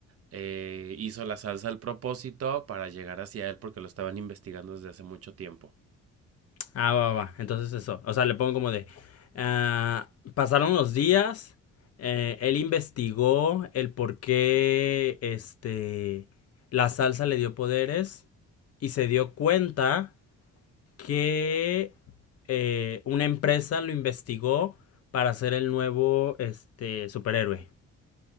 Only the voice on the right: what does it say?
eh, hizo la salsa al propósito para llegar hacia él porque lo estaban investigando desde hace mucho tiempo.